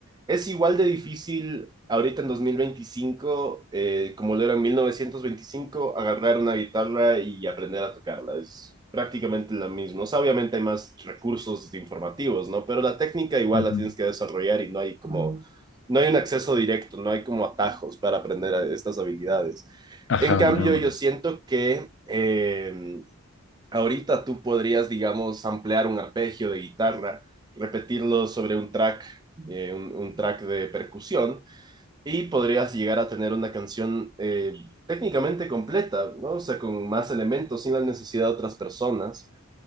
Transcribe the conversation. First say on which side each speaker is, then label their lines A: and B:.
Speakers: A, on the right; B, on the left.
A: Es igual de difícil ahorita en 2025, eh, como lo era en 1925 agarrar una guitarra y aprender a tocarla. Es prácticamente lo mismo. O sea, obviamente hay más recursos informativos, ¿no? Pero la técnica igual
B: Ujú.
A: la tienes que desarrollar y no hay como, no hay un acceso directo, no hay como atajos para aprender a- estas habilidades.
B: Ajá,
A: En cambio,
B: no.
A: yo siento que eh, ahorita tú podrías, digamos, ampliar un arpegio de guitarra, repetirlo sobre un track, eh, un, un, track de percusión, y podrías llegar a tener una canción eh, técnicamente completa, ¿no? O sea, con más elementos, sin la necesidad de otras personas.